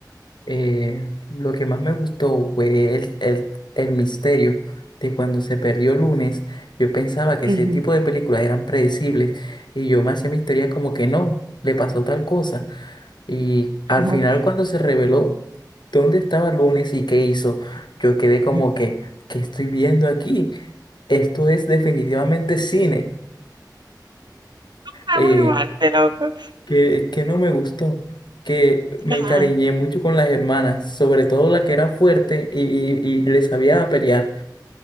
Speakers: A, on the left; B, on the right.
A: eh, lo que más me gustó fue el, el, el misterio de cuando se perdió lunes. Yo pensaba que ese
B: Ujú,
A: tipo de películas eran predecibles y yo me hacía mi historia como que no, le pasó tal cosa. Y al
B: ajá,
A: final cuando se reveló dónde estaba lunes y qué hizo, yo quedé como
B: ujú.
A: que, ¿qué estoy viendo aquí? Esto es definitivamente cine.
B: Ah,
A: eh
B: muy mal, de locos.
A: que, que no me gustó, que me
B: Ajá,
A: encariñé mucho con las hermanas, sobre todo la que era fuerte y, y, y le sabía pelear.